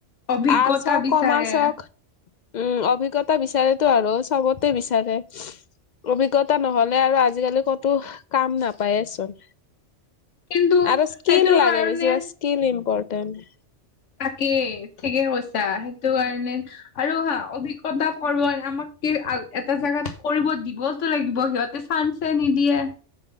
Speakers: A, on the left (about 80°); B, on the left (about 60°).
A: অভিজ্ঞতা
B: আৰ্টছ হওঁক,
A: বিচাৰে
B: কমাৰ্চ হওঁক উম, অভিজ্ঞতা বিচাৰেতো আৰু চবতে বিচাৰে। অভিজ্ঞতা নহ'ল লে আৰু আজিকালি ক'টো, কাম নাপায়েচোন।
A: কিন্তু
B: আৰু স্কিল
A: সেইটোৰ
B: লাগে
A: কাৰণে
B: বেছিভাগ স্কিল ইম্পৰ্টেণ্ট।
A: তাকেই, ঠিকে কৈছা সেইটো কাৰণে আৰু হা অভিজ্ঞতা <unintelligible> আমাক কি আ, এটা জাগাত কৰিব দিবতো লাগিব সিহঁতে চান্স য়েই নিদিয়ে।